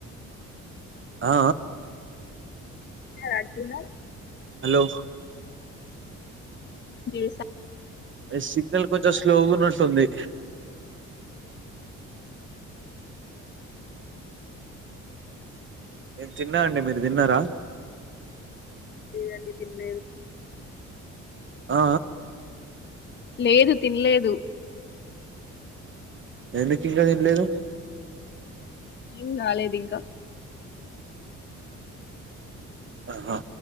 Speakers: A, on the right; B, on the left.
A: ఆ
B: రాజన్నారు
A: హలో
B: స
A: సిగ్నల్ కొంచెం స్లోగా ఉన్నట్టుంది నేను తిన్నా అండి మీరు తిన్నారా
B: ఇదండి తిన్న
A: ఆ
B: లేదు తినలేదు
A: ఎందుకు ఇంకా నిల్లేదు
B: అయిన్ రాలేదు ఇంకా
A: ఆహా